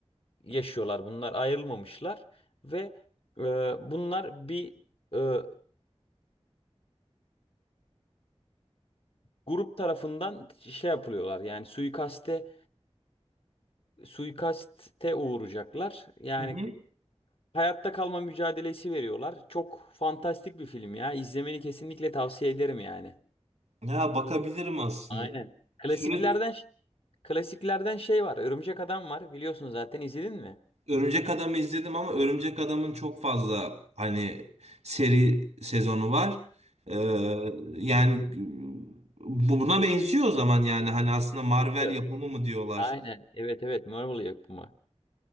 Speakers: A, on the left; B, on the right.
A: yaşıyorlar. Bunlar ayrılmamışlar ve e, bunlar bir e, grup tarafından şey yapılıyorlar. Yani suikaste suikaste uğrayacaklar. Yani
B: Hı hı.
A: hayatta kalma mücadelesi veriyorlar. Çok fantastik bir film ya. İzlemeni kesinlikle tavsiye ederim yani.
B: Ya bakabilirim aslında.
A: Aynen. Klasiklerden
B: Süre,
A: Klasiklerden şey var. Örümcek Adam var. Biliyorsun zaten izledin mi?
B: Örümcek Adam'ı izledim ama Örümcek Adam'ın çok fazla hani seri sezonu var. Ee, yani bu buna benziyor o zaman yani hani aslında Marvel
A: Biliyor.
B: yapımı mı diyorlar.
A: Aynen. Evet evet. Marvel yapımı.